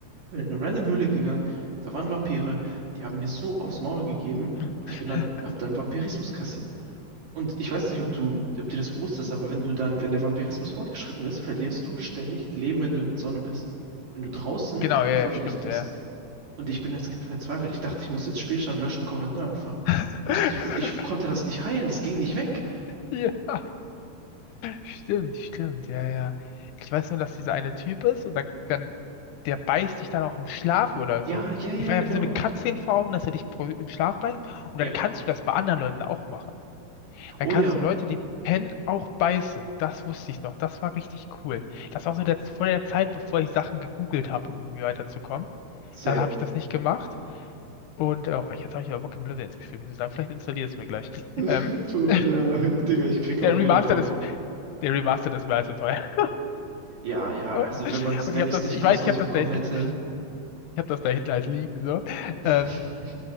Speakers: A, on the right; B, on the left.
A: bin in eine random Höhle gegangen, da waren Vampire, die haben mir so aufs Maul gegeben
B: <laughs>
A: und ich bin dann, hab dann Vampirismus kassiert. Und ich weiß nicht, ob du, ob dir das bewusst ist, aber wenn du dann, wenn der Vampirismus fortgeschritten ist, verlierst du ständig Leben, wenn du in der Sonne bist. Wenn du draußen
B: Genau, ja,
A: im Sonnenlicht
B: ja, stimmt,
A: bist.
B: ja.
A: Und ich bin als Kind verzweifelt. Ich dachte, ich muss jetzt Spielstand löschen, komplett neu anfangen.
B: <laughs>
A: Ich wusste nicht, was, ich konnte das nicht heilen, das ging nicht weg.
B: Ja. Stimmt, stimmt, ja, ja. Ich weiß nur, dass dieser eine Typ ist und dann, dann der beißt dich dann auch im Schlaf oder
A: Ja,
B: so.
A: ja, ja,
B: Ich meine,
A: genau.
B: ich habe so eine Cutscene vor Augen, dass er dich pro- im Schlaf beißt und
A: Ja.
B: dann kannst du das bei anderen Leuten auch machen. Dann
A: Oh
B: kannst
A: ja,
B: du Leute, die pennen, auch beißen. Das wusste ich noch. Das war richtig cool. Das war so der, vor der Zeit, bevor ich Sachen gegoogelt habe, um irgendwie weiterzukommen.
A: same.
B: Dann habe ich das nicht gemacht. Und äh, oh, jetzt habe ich aber Bock, Oblivion zu spielen, muss ich sagen. Vielleicht installiere ich es mir gleich.
A: <laughs>
B: Ähm,
A: So,
B: <laughs>
A: ja, Digga, ich krieg auch
B: der Remastered
A: wieder Bock.
B: ist, der Remastered ist mir allzu teuer.
A: Ja, ja,
B: <laughs> Und
A: also wenn man's, wenn
B: ich habe
A: ich's
B: das,
A: nicht
B: ich
A: kostenlos
B: weiß, ich habe das
A: bekommen
B: da hinten,
A: hätte,
B: ich habe das da hinten halt liegen, so.
A: <laughs>
B: Ähm,